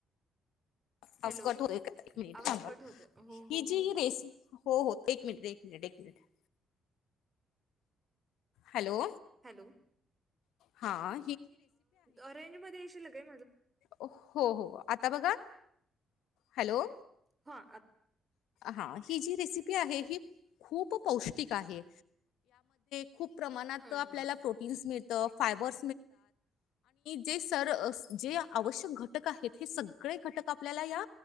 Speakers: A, on the left; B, on the right.
A: हाफ
B: हॅलो
A: कट होय का एक मिनिट
B: आवाज
A: ह
B: कट होतोय हो
A: हि
B: हो
A: जी
B: हो
A: रेसि हो हो एक मिनिट मिडेकनट <unintelligible> हॅलो,
B: हॅलो,
A: हा
B: अ रेंज मध्ये येशील काय
A: हो, हो. आता बघा. हॅलो.
B: ह
A: हा ही जी रेसिपी आहे ही खूप पौष्टिक आहे खूप प्रमाणात
B: हा
A: आपल्याला
B: हा
A: प्रोटन् मिळत फायबर् ज जे आवश्यक घटक आहेत हे सगळे घटक आपल्याला या